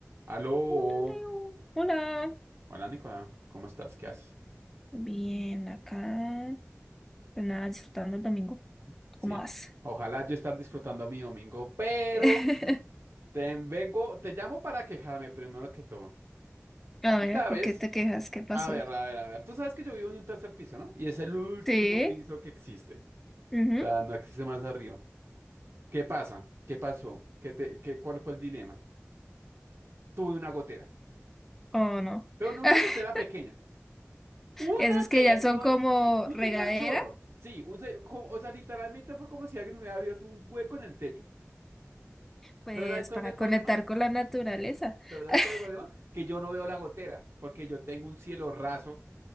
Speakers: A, on the right (about 55°); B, in the centre.
A: Aló,
B: Hola, Leo. Hola.
A: hola Nicolás, ¿cómo estás? ¿Qué haces?
B: Bien, acá. Pues nada, disfrutando el domingo. ¿Cómo
A: Sí,
B: vas?
A: ojalá yo estar disfrutando mi domingo, pero
B: <laughs>
A: te vengo, te llamo para quejarme primero que todo.
B: A
A: Tú
B: ver,
A: sabes,
B: ¿por qué te quejas? ¿Qué pasó?
A: a ver, a ver, a ver, tú sabes que yo vivo en un tercer piso, ¿no? Y es el último
B: ¿Sí?
A: piso que existe.
B: ujú,
A: O sea, no existe más arriba. ¿Qué pasa? ¿Qué pasó? ¿Qué te, qué, cuál fue el dilema? Tuve una gotera,
B: ¿O no?
A: pero no una
B: <laughs>
A: gotera pequeña. Una
B: Esos
A: señor,
B: que ya son como
A: sí, un
B: regadera,
A: señor chorro. Sí, un se- co- o sea, literalmente fue como si alguien hubiera abierto un hueco en el techo.
B: pues
A: Pero ¿sabes cuál
B: para
A: es el problema?
B: conectar con la naturaleza.
A: Pero ¿sabes
B: <laughs>
A: cuál es el problema? Que yo no veo la gotera, porque yo tengo un cielo raso